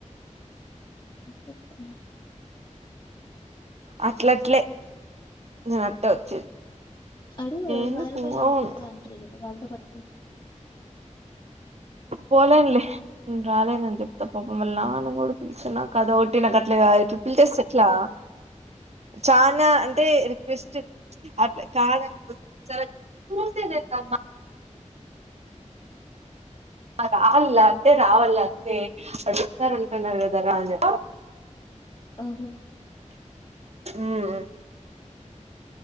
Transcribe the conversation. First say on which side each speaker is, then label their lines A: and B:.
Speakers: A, on the left (about 40°); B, on the right (about 60°).
A: తత్ర
B: అట్లట్లే నిినట్ట వచ్చేది
A: అడుగు ఎవరు
B: ఎందుకు
A: మదనపల్లి వెళ్ళిపోతా
B: అవును
A: అంటారు కదా వాళ్ళతో పటికి
B: పోలేనులే నేను రాలేనని చెప్తా పాప మళ్ళ నాన్న కూడా పిలిచ నా కదా ఒట్టి నాకు అట్లా ఎట్లా పిలిచేస్త ఎట్లా చనా అంటే రిక్వెస్ట్ అట్లా కాద స పూసేదేందమ్మా రావాల అంటే రావాల అంతే అడుస్తారంటున్నారు కదా రాజా
A: ఓహూ
B: మ్